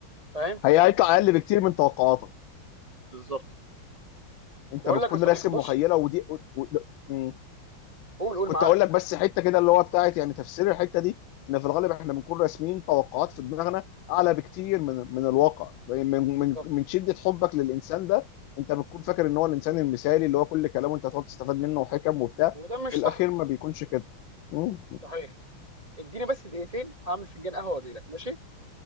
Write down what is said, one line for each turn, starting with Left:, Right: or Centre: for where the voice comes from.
Right: فاهم
Left: هي هيطلع اقل بكتير من توقعاتك
Right: بالظبط
Left: انت
Right: بقول
Left: بتكون
Right: لك يا صديقي
Left: راسم
Right: بص
Left: مخيله ودي و... و... مم.
Right: قول قول
Left: كنت
Right: معاك
Left: اقول لك بس حته كده اللي هو بتاعت يعني تفسير الحته دي ان في الغالب احنا بنكون راسمين توقعات في دماغنا اعلى بكتير من من الواقع يعني من
Right: بالظبط
Left: من من شده حبك للانسان ده انت بتكون فاكر ان هو الانسان المثالي اللي هو كل كلامه انت هتقعد تستفاد منه وحكم وبتاع
Right: وده مش
Left: في الاخير
Right: صح
Left: ما بيكونش كده مم.
Right: صحيح اديني بس دقيقتين هعمل فنجان قهوه واجي لك ماشي